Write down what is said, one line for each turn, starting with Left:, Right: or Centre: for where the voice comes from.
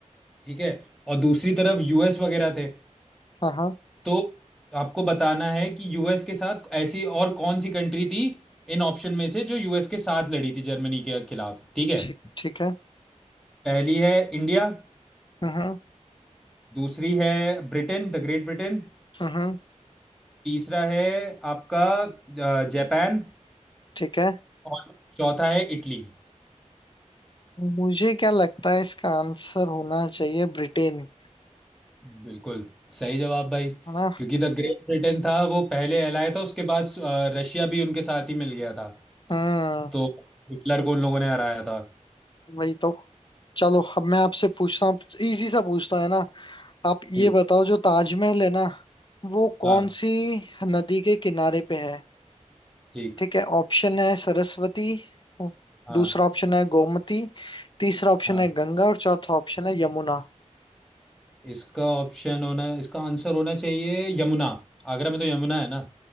Centre: ठीक है और दूसरी तरफ यूएस वगैरह थे
Left: हाँ हाँ
Centre: तो आपको बताना है कि यूएस के साथ ऐसी और कौन सी कंट्री थी इन ऑप्शन में से जो यूएस के साथ लड़ी थी जर्मनी के खिलाफ ठीक है
Left: ठीक ठीक है
Centre: पहली है इंडिया
Left: हम्म
Centre: दूसरी है ब्रिटेन द ग्रेट ब्रिटेन
Left: हम्म
Centre: तीसरा है आपका अ, जापान
Left: ठीक है
Centre: और चौथा है इटली
Left: मुझे क्या लगता है इसका आंसर होना चाहिए ब्रिटेन
Centre: बिल्कुल सही जवाब भाई
Left: है ना
Centre: क्योंकि द ग्रेट ब्रिटेन था वो पहले कहलाया था उसके बाद अ, रशिया भी उनके साथ ही मिल गया था
Left: हम्म
Centre: तो हिटलर को उन लोगों ने हराया था
Left: वही तो चलो अब मैं आपसे पूछता हूँ इजी सा पूछता है ना आप ये
Centre: ठीक
Left: बताओ जो ताजमहल है ना वो कौन
Centre: हाँ
Left: सी नदी के किनारे पे है
Centre: ठीक
Left: ठीक है ऑप्शन है सरस्वती
Centre: हाँ
Left: दूसरा ऑप्शन है गोमती तीसरा ऑप्शन
Centre: हाँ
Left: है गंगा और चौथा ऑप्शन है यमुना
Centre: इसका ऑप्शन होना इसका आंसर होना चाहिए यमुना आगरा में तो यमुना है ना